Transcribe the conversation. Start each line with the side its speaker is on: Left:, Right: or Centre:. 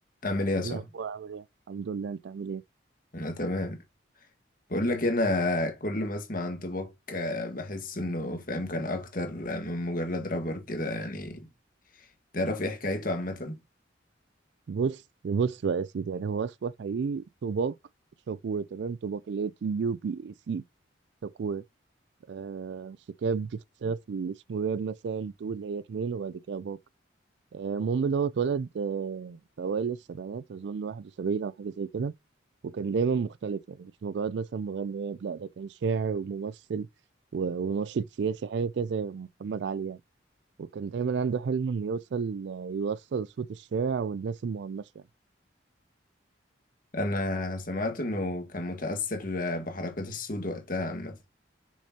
Left: أعمل إيه يا صاحبي؟
Right: إيه الأخبار عامل إيه؟ الحمد لله أنت عامل إيه؟
Left: أنا تمام بقول لك إيه، أنا كل ما أسمع عن توباك آه، بحس إنه فاهم كان أكتر آه، من مجرد رابر كده يعني تعرف إيه حكايته عامة؟
Right: بص بص بقى يا سيدي يعني هو اسمه حقيقي توباك شاكور تمام توباك اللي هي تي يو بي اي سي شاكور آه شيكاب باختصار في الاسم راب مثلا تو اللي هي اتنين وبعد كده باك آه، المهم اللي هو اتولد آه في أوائل السبعينات أظن واحد وسبعين أو حاجة زي كده وكان دايما مختلف يعني مش مجرد مثلا مغني راب لا ده كان شاعر وممثل و- وناشط سياسي حاجة كده زي محمد علي يعني. وكان دايما عنده حلم انه يوصل يوصل صوت الشارع والناس المهمشة يعني.
Left: أنا سمعت إنه كان متأثر آه، بحركات السود وقتها عامة